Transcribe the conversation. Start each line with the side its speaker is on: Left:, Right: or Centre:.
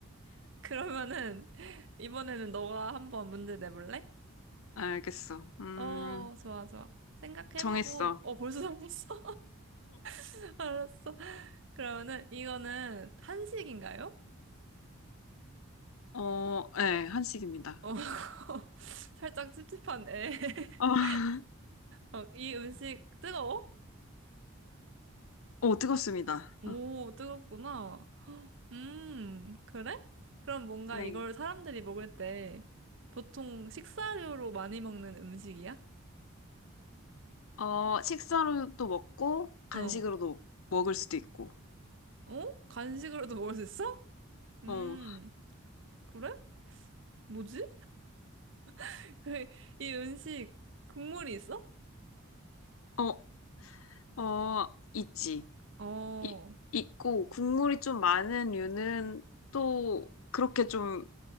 Right: 그러면은, 이번에는 너가 한번 문제 내볼래?
Left: 알겠어. 음,
Right: 어, 좋아, 좋아. 생각해보고,
Left: 정했어.
Right: 어, 벌써 정했어? <laughs> 알았어. 그러면은, 이거는 한식인가요?
Left: 어, 어, 네, 한식입니다.
Right: 어, <laughs> 살짝 찝찝하네. <laughs>
Left: 어, <laughs>
Right: 어, 이 음식 뜨거워?
Left: 어, 뜨겁습니다.
Right: 오,
Left: 어,
Right: 뜨겁구나. 음, 그래? 그럼 뭔가
Left: 네.
Right: 이걸 사람들이 먹을 때 보통 식사료로 많이 먹는 음식이야?
Left: 어, 식사로도 먹고, 간식으로도
Right: 어,
Left: 먹을 수도 있고.
Right: 어? 간식으로도 먹을 수 있어? 음,
Left: 어,
Right: 그래? 뭐지? <laughs> 그래, 이 음식 국물이 있어?
Left: 어, 어, 있지.
Right: 어, 어,
Left: 이, 있고, 국물이 좀 많은 류는 또 그렇게 좀